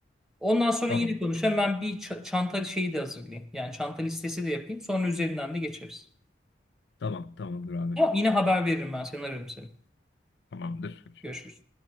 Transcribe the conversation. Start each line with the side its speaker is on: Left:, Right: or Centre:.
Centre: Ondan sonra
Left: Tamam.
Centre: yine konuşalım. Ben bir ç- çanta şeyi de hazırlayayım. Yani çanta listesi de yapayım. Sonra üzerinden de geçeriz.
Left: Tamam. Tamamdır abi.
Centre: Tamam yine haber veririm ben. Seni ararım seni.
Left: Tamamdır.
Centre: Görüşürüz.